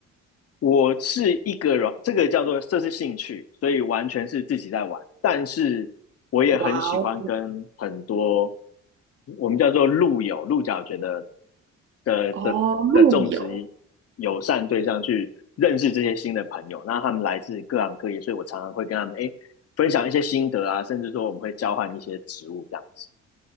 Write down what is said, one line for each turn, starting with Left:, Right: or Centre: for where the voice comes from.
Left: 我是一个人，这个叫做这是兴趣，所以完全是自己在玩。但是我也很喜欢跟很多
Right: 哇哦，
Left: 我们叫做路友、鹿角蕨的的的的种植友善对象去认识这些新的朋友。
Right: 哦，陆游。
Left: 那他们来自各行各业，所以我常常会跟他们哎分享一些心得啊，甚至说我们会交换一些植物这样子。